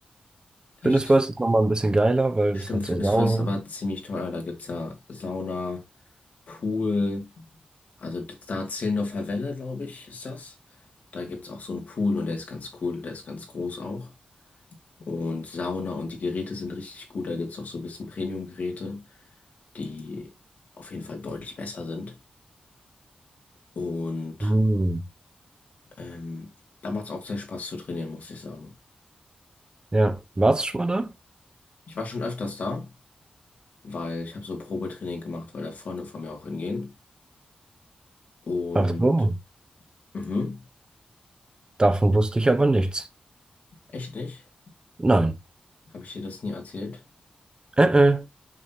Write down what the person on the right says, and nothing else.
Fitness First ist nochmal ein bisschen geiler, weil
es hat
so Sauna.
Hm.
Ja. Warst du schon mal da?
Ach so.
Davon wusste ich aber nichts.
Nein.
Äh, äh.